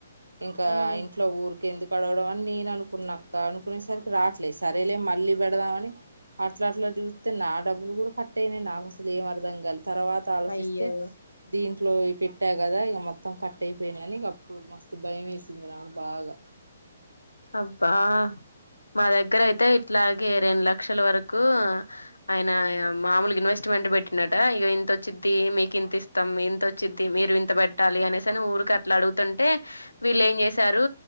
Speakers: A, on the right; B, on the left.
A: ఇంకా
B: ఉమ్
A: ఇంట్లో ఊరు ఎందుకు అడగడం అని నేను అనుకున్నాక్క అనుకునేసరికి రాట్లేదు సరేలే మళ్ళీ పెడదామని అట్లా అట్లా చూస్తే నా డబ్బులు కూడా కట్ అయినాయి నాకు అసలు ఏం అర్థం కలి తర్వాత ఆలోచిస్తే
B: అయ్యో
A: దీంట్లో ఈ పెట్టా కదా ఇక మొత్తం కట్ అయి పోయినాయి అనీ గప్పుడు మస్తు భయం వేసింది నాకు బాగా
B: అబ్బా మా దగ్గర అయితే ఇట్లాగే రెండు లక్షల వరకు ఆయన మామూలుగా ఇన్వెస్ట్ వెంట పెట్టినట ఇక ఇంతొచ్చిద్ది మీకు ఇంత ఇస్తాం ఇంతొచ్చిద్ది మీరు ఇంత పెట్టాలి అనేసి అని ఊరికి అట్లా అడుగుతుంటే వీళ్ళ ఏం చేశారు